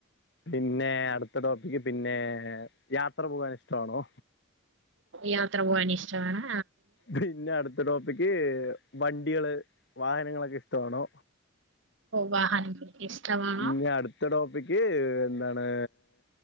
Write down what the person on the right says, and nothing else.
യാത്ര പോവാൻ ഇഷ്ട്ടാണ്
വാഹനങ്ങൾ ഇഷ്ടമാണ്